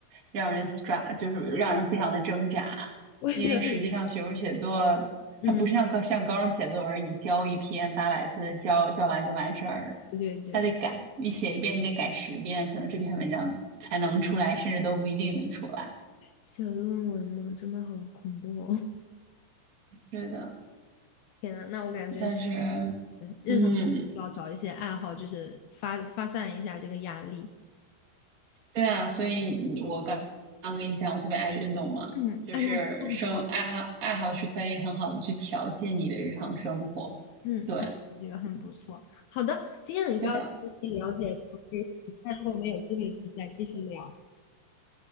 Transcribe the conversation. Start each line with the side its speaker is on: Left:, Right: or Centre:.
Right: 让人 stra，就是让人非常的挣扎，
Left: 我也觉得，
Right: 因为实际上学术写作它不是像高像高中写作文儿，
Left: 嗯，
Right: 你交一篇八百字交交完就完事儿了。
Left: 对对对，
Right: 他得改，你写一遍，你得改十遍，可能这篇文章才能出来，甚至都不一定能出来。
Left: 写论文嘛，真的好恐怖哦！<laughs>
Right: 是的，
Left: 天呐，那我感觉，
Right: 但是，
Left: 嗯日常需要找一些爱好，
Right: 嗯，
Left: 就是发发散一下这个压力。
Right: 对啊，所以你我刚刚跟你讲，我特别爱运动嘛，
Left: 嗯，
Right: 就是生爱好爱好是可以很好的去调剂你的日常生活。
Left: 哎，那这个很好，嗯，
Right: 对，
Left: 那这个很不错。好的，今天很高
Right: 是的。
Left: 兴了解到这些，那如果我们有机会可以再继续聊，